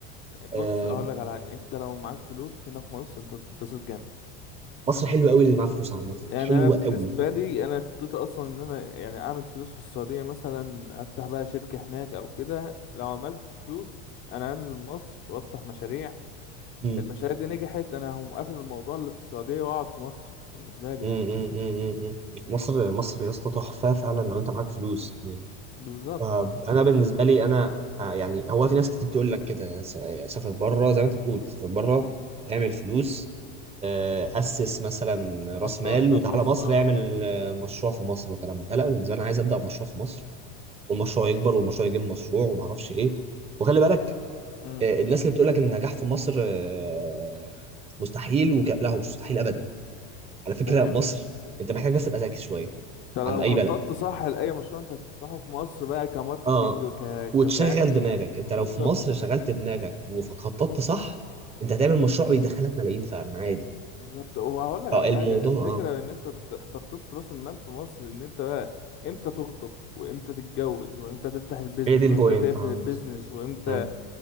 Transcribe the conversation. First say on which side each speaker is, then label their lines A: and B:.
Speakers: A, on the left; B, on the right.
A: بص
B: آه،
A: اقول لك على حاجة انت لو معاك فلوس هنا في مصر انت هتتبسط جامد
B: مصر حلوه قوي اللي معاه فلوس عامه
A: يعني
B: حلوه
A: انا بالنسبه
B: قوي
A: لي انا خطتي اصلا ان انا يعني اعمل فلوس في السعوديه مثلا افتح بقى شركه هناك او كده لو عملت فلوس انا هنزل مصر وافتح مشاريع
B: مم.
A: المشاريع دي نجحت انا هقوم قافل الموضوع اللي في السعوديه واقعد في مصر بالنسبه لي
B: مم،
A: يعني
B: مم، مم، مم. مصر مصر يا اسطى تحفه فعلا لو انت معاك فلوس يعني
A: بالظبط
B: آه، انا بالنسبه لي انا آه، يعني هو في ناس كتير بتقول لك كده س- سافر بره زي ما انت بتقول سافر بره اعمل فلوس آه، اسس مثلا راس
A: مشروع
B: مال
A: هنا
B: وتعالى
A: في مصر
B: مصر
A: اه
B: اعمل آه، مشروع في مصر والكلام ده لا بالنسبه لي انا عايز ابدا مشروع في مصر والمشروع يكبر والمشروع يجيب مشروع وما اعرفش ايه وخلي بالك
A: امم
B: آه، الناس اللي بتقول لك ان النجاح في مصر آه، مستحيل وك... لا مش مستحيل ابدا على فكره
A: ده هي
B: مصر انت محتاج بس تبقى ذكي شويه
A: انت لو
B: عند اي
A: خططت
B: بلد
A: صح لاي مشروع انت هتفتحه في مصر بقى كماركتينج
B: اه
A: وك
B: وتشغل
A: كبراند
B: دماغك
A: و...
B: انت
A: بالظبط
B: لو في مصر شغلت دماغك وخططت صح انت هتعمل مشروع بيدخلك ملايين فعلا عادي
A: بالظبط وهقول لك على
B: اه
A: حاجه
B: الموضوع
A: الفكره
B: اه
A: ان انت ت- تخطيط راس المال في مصر ان انت بقى امتى تخطب وامتى تتجوز وامتى تفتح البيزنس
B: هي دي البوينت
A: وامتى تقفل
B: عامة
A: البيزنس وامتى
B: مم.